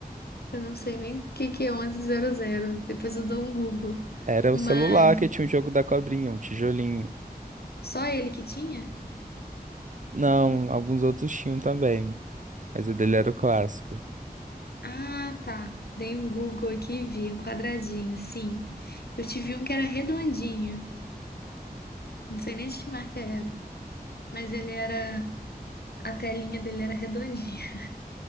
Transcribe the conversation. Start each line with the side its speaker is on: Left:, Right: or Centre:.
Left: Eu não sei nem o que que é onze zero. depois eu dou um Google.
Right: Era
Left: Mas
Right: o celular que tinha o jogo da cobrinha, um tijolinho.
Left: só ele que tinha?
Right: Não, alguns outros tinham também, mas o dele era o clássico.
Left: Ah, tá. Dei um Google aqui e vi um quadradinho, sim. Eu tive um que era redondinho, não sei nem de que marca era, mas ele era, a telinha dele era redondinha. <laughs>